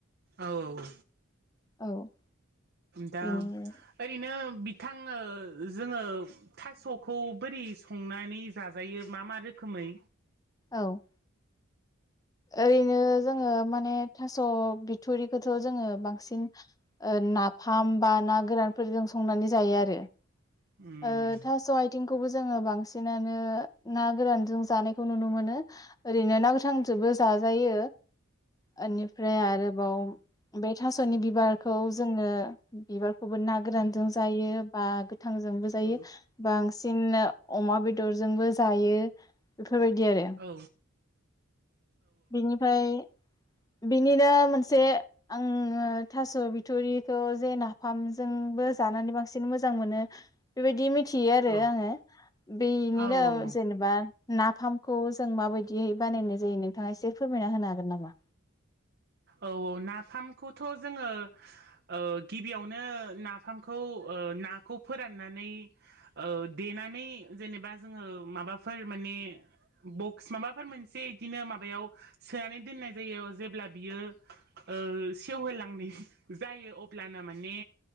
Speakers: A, on the right; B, on the left.
A: औ औ
B: औ
A: दा
B: बेनो
A: ओरैनो बिथां ओ जोङो थास'खौ बोरै संनानै जाजायो मा मा रोखो- खोमै
B: औ ओरैनो जोङो माने थास' बिथुरिखौथ' जोङो बांसिन ओ नाफाम बा ना गोरानफोरजों संनानै जायो आरो ऐ
A: उम
B: थास' आथिंखौबो जोङो बांसिनानो ना गोरानजों जानायखौ नुनो मोनो ओरैनो ना गोथांजोबो जाजायो बेनिफ्राय आरोबाव बे थास'नि बिबारखौ जोङो बिबारखौबो ना गोरानजों जायो बा गोथां जोंबो जायो
A: औ
B: बांसिन अमा बेदरजोंबो जायो बेफोरबायदि आरो
A: औ
B: बेनिफ्राय बिनिनो मोनसे आङो थास' बिथुरिखौ जे नाफामजों बो जानानै बांसिन मोजां मोनो बेबायदि मिथियो आरो
A: औ
B: आङो बेनिनो
A: औ औ
B: जेनेबा नाफामखौ जों माबायदियै बानायनाय जायो नों थाङा एसे फोरमायना होनो हागोन नामा
A: औ औ नाफामखौथ' जोङो ओ गिबियावनो नाफामखौ नाखौ फोराननानै ओ देनानै जेनेबा जोङो माबाफोर माने बक्स माबाफोर मोनसे बिदिनो माबायाव सोनानै दोननाय जायो जेब्ला बियो ओ सेवहोलांनाय जायो अब्लाना माने